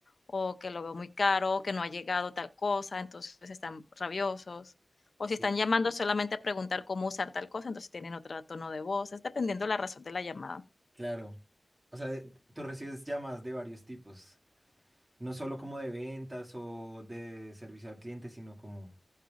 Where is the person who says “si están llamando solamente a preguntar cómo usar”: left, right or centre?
Left